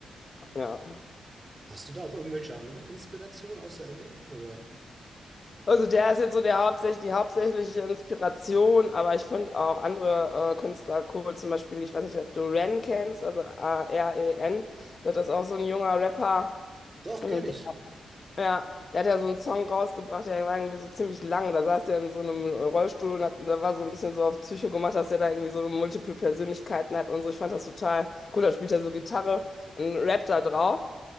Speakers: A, on the left (about 35°); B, on the right (about 20°).
A: ja.
B: Hast du da auch irgendwelche anderen Inspirationen außer Eminem, oder?
A: Also der ist jetzt so der hauptsächlich, die hauptsächliche Inspiration, aber ich finde auch andere äh, Künstler cool, zum Beispiel, ich weiß nicht, ob du Ren kennst, also A-R-E-N, das ist auch so ein junger Rapper.
B: Doch,
A: ähm,
B: kenne ich.
A: Ja, der hat ja so einen Song rausgebracht, der war irgendwie so ziemlich lang. Da saß der in so einem Rollstuhl und hat, da war so ein bisschen so auf Psycho gemacht, dass der da irgendwie so multiple Persönlichkeiten hat und so. Ich fand das total cool. Da spielt er so Gitarre und rappt da drauf.